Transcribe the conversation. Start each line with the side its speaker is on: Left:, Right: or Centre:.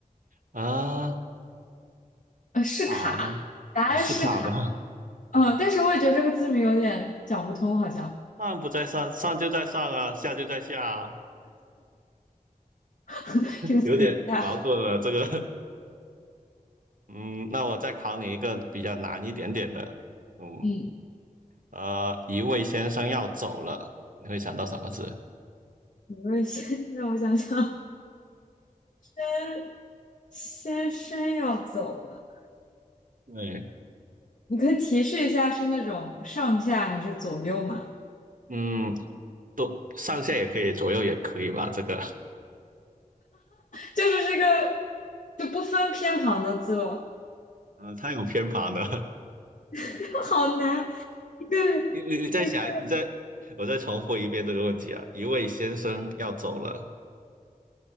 Right: 啊？
Left: 呃，是卡，
Right: 好，
Left: 答案是卡。
Right: 哦，是卡吧？
Left: 嗯，但是我也觉得这个字谜有点讲不通，好像。
Right: 上不在上，上就在上啊，下就在下啊。
Left: <laughs> 这个词语不大。
Right: 有点矛盾了。这个，嗯，那我再考你一个比较难一点点的，嗯，
Left: 嗯，
Right: 呃，一位先生要走了，你会想到什么字？
Left: 我位先让我想想，先先生要走了，
Right: 对，
Left: 你可以提示一下是那种上下还是左右嘛？
Right: 嗯，都上下也可以，左右也可以吧？这个，
Left: 就是这个就不分偏旁的字了，
Right: 嗯，它有偏旁的。<laughs>
Left: <laughs> 好难。一个
Right: 你你你再想，
Left: 一个
Right: 你再，我再重复一遍这个问题啊。一位先生要走了，